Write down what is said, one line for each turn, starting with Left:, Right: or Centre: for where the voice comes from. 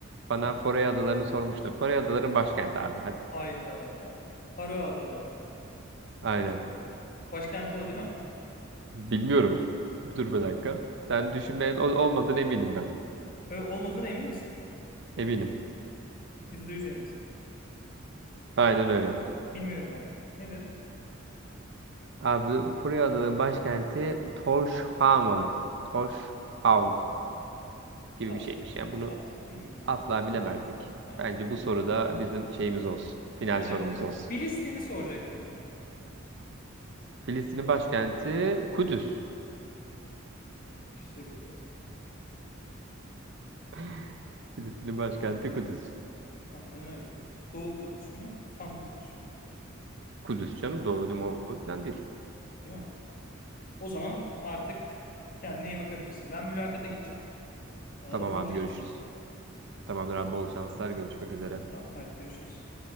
Right: Bana Foray Adaları'nı sormuştun. Foray Adaları'nın başkenti abi. Hadi.
Left: Hayda. Faroe Adaları.
Right: Aynen.
Left: Başkenti o değil mi?
Right: Bilmiyorum. Dur bir dakika. Sen düşünmeye ol- olmadığını eminim ben.
Left: Ö- olmadığına emin misin?
Right: Eminim.
Left: %100 eminsin.
Right: Aynen öyle.
Left: Bilmiyorum abi. Nedir?
Right: Abi Foray Adaları'nın başkenti Tórshavn. Tórshavn gibi
Left: Kalsın.
Right: bir şeymiş. Yani bunu
Left: Kalsın. Bilmiyorum.
Right: asla
Left: Bilmiyorum.
Right: bilemezdik.
Left: Aynen.
Right: Bence bu soruda bizim şeyimiz olsun. Final
Left: Evet.
Right: sorumuz olsun.
Left: Filistin'i soracaktım ben sana.
Right: Filistin'in başkenti Kudüs.
Left: İşte bu böyle.
Right: <laughs> Filistin'in başkenti Kudüs.
Left: Aynen öyle. Doğu Kudüs mü? Tam Kudüs mü?
Right: Kudüs canım doğru doğru falan değil.
Left: Değil mi? O zaman artık kendine iyi bakabilirsin. Ben mülakata gideceğim. Bana
Right: Tamam
Left: da bol
Right: abi
Left: şans
Right: görüşürüz.
Left: dile.
Right: Tamamdır abi bol şanslar görüşmek üzere.
Left: Tamam. Haydi görüşürüz.